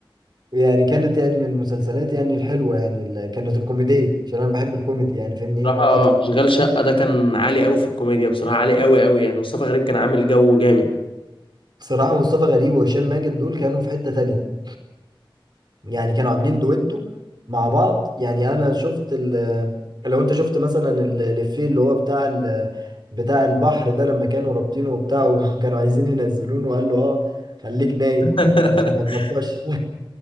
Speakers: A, on the right (about 55°); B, on the left (about 80°).
A: ويعني كانت يعني من المسلسلات يعني الحلوة يعني اللي كانت الكوميدية عشان انا بحب الكوميدي يعني فاهمني ايه
B: بصراحة
A: اكتر
B: أشغال شقة ده كان عالي قوي في الكوميديا بصراحة عالي قوي قوي يعني مصطفى غريب كان عامل جو جامد
A: بصراحة مصطفى غريب وهشام ماجد دول كانوا في حتة تانية يعني كانوا عاملين دويتو مع بعض يعني انا شفت ال لو انت شفت مثلا ال- الإفيه اللي هو بتاع ال بتاع البحر ده لما كانوا رابطينه وبتاع <laughs> وكانوا عايزين ينزلونه وقال له اه خليك نايم
B: <laughs>
A: عشان ما تنفخش